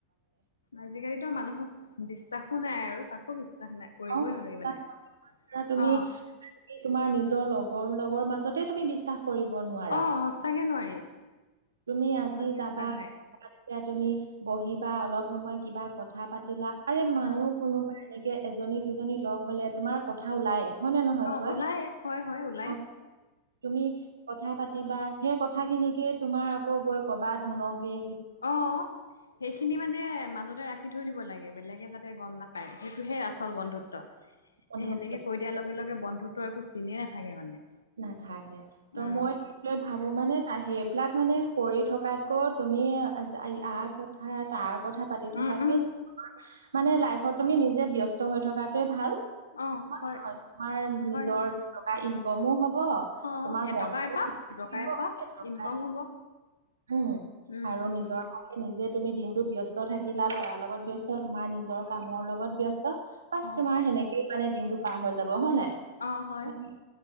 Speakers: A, on the left; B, on the right.
A: আজি-কালিটো মানুহক বিশ্বাসো নাই আৰু কাকো বিশ্বাস নাই কৰিবই
B: অঁ
A: নোৱাৰি মানে
B: তোমা--তোমা তুমি,
A: অ
B: তোমাৰ নি নিজৰ লগৰ লগৰ মাজতে তুমি বিশ্বাস কৰিব নোৱাৰা
A: অঁ, সঁঁচাকে নোৱাৰি।
B: তুমি আজি
A: ইমান
B: যাবা?
A: বিশ্বাস নাই
B: এতিয়া তুমি বহিবা, অলপ সময় কিবা কথা পাতিলা। আৰে মানুহ
A: উম
B: কোনোবা এনেকে এজনী দুজনী ল'গ হ'লে তোমাৰ কথা ওলায়। হ'য় নে নহয়
A: অ
B: কোৱা?
A: ওলাই হয় হয় ওলাই
B: অঁ, তুমি কথা পাতিবা, সেই কথা খিনিকে তোমাৰ আকৌ গৈ কবাত শুনকগে।
A: অঁ, সেইখিনি মানে মাজতে ৰাখ। ৰাখি থৈ দিব লাগে। বেলেগে যাতে গম নাপায়। সেইটোহে আচল বন্ধুত্ব। এ
B: বন্ধুত্ব
A: সেনেকে কৈ দিয়াৰ লগে লগে বন্ধুত্বৰ একো চিনে নাথাকে মানে
B: নাথাকে, ত
A: উম
B: মই সেইটোৱে ভাৱো মানে তাই সেই বিলাক মানে কৰি থকাতকৈ তুমি আ--ই-আৰ কথা তাক কথা পাতি থকাত্‌কে
A: উম উম
B: মানে, লাইফত তুমি নিজে ব্যস্ত হৈ থকাটোৱে ভাল। হ'য়,
A: অ
B: নহ'য়?
A: হয়
B: তোমাৰ
A: হয়
B: নিজৰ টকা ইন্‌ক'মো হ'ব। হ,
A: অ
B: তোমাৰ
A: এটকা
B: মনটোও
A: এপাক
B: থাকিব
A: দুটকা
B: এনেকুৱাই।
A: এপাক ইনকম হ'ব
B: উম
A: উম
B: আৰু নিজৰ আ নিজে তুমি দিনটো ব্যস্ত থাকিলা। ল'ৰাৰ লগত ব্যস্ত, তোমাৰ নিজৰ কামৰ লগত ব্যস্ত, বচ,
A: অ
B: তোমাৰ সেনেকেই মানে দিনটো পাৰ হৈ যাব। হ'য় নাই?
A: অঁ, হ'য়।
B: মানে